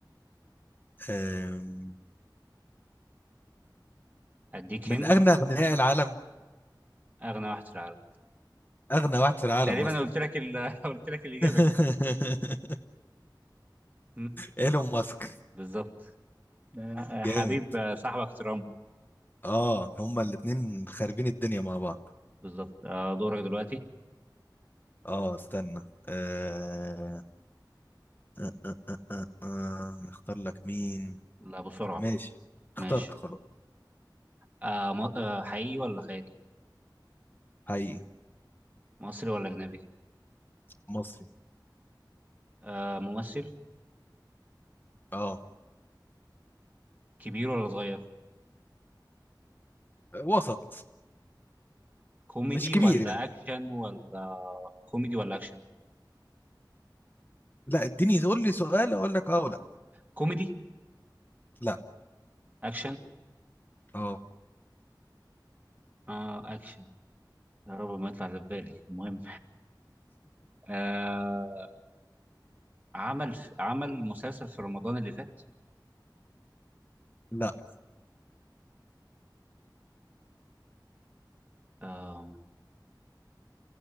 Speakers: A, on the left; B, on the right.
A: آم،
B: اديك
A: من
B: هنت
A: اغنى اغنياء العالم
B: اغنى واحد في العالم
A: اغنى واحد في العالم
B: تقريبا
A: اصلا
B: قلت لك ال... <laughs> قلت لك الاجابة
A: <laughs>
B: كده مم،
A: ايلون ماسك
B: بالظبط آه،
A: جامد
B: حبيب آه، صاحبك ترامب
A: اه هما الاتنين خاربين الدنيا مع بعض
B: بالظبط آه، دورك دلوقتي
A: اه استنى آه... آه... آه... آه... نختار لك مين
B: لا بسرعة
A: ماشي اخترت
B: ماشي
A: خلاص
B: آه، م- آه، حقيقي ولا خيالي
A: حقيقي
B: مصري ولا أجنبي
A: مصري
B: آه، ممثل
A: اه
B: كبير ولا صغير
A: وسط
B: كوميدي
A: مش كبير
B: ولا
A: يعني
B: أكشن ولا كوميدي ولا أكشن
A: لا اديني قول لي سؤال اقول لك اه ولا
B: كوميدي
A: لا
B: أكشن
A: اه
B: آه أكشن يا رب ما يطلع اللي في بالي المهم آه، عمل عمل مسلسل في رمضان اللي فات
A: لا
B: آه،